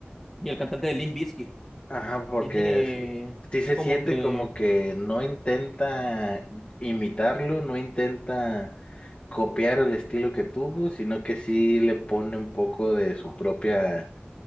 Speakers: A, in the centre; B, on the left.
A: y el cantante de Limp Bizkit.
B: Ajá, porque
A: Tiene
B: es- sí se
A: como
B: siente
A: que.
B: como que no intenta imitarlo, no intenta copiar el estilo que tuvo, sino que sí le pone un poco de su propia